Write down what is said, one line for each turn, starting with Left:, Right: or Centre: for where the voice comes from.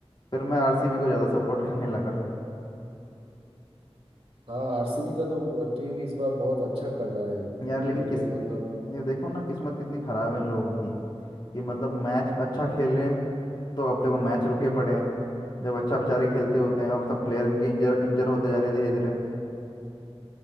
Left: फिर मैं आरसीबी को ज़्यादा सपोर्ट करने लगा
Right: हाँ आरसीबी का तो टीम इस बार बहुत अच्छा कर रहा है
Left: यार लेकिन
Right: उनके
Left: किस
Right: मतलब
Left: ये देखो ना किस्मत कितनी ख़राब है इन लोगों की कि मतलब मैच अच्छा खेल रहे हैं तो अब देखो मैच रुके पड़े हैं जब अच्छा बेचारे खेलते होते हैं अब सब प्लेयर इनके इंजर इंजर होते जा रहे हैं धीरे धीरे